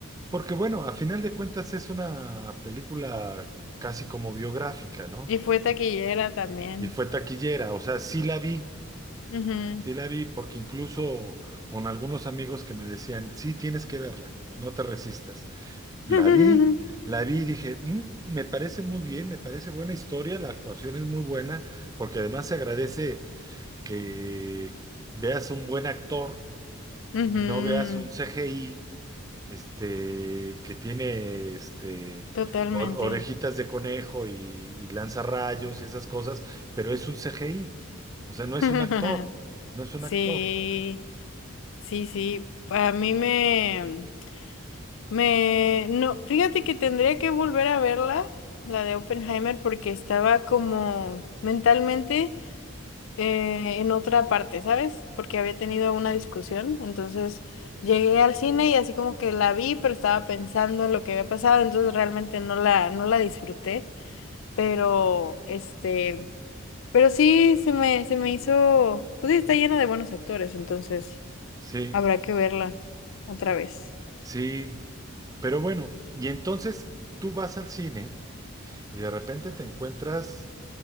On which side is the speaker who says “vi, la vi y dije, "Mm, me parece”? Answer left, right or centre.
Right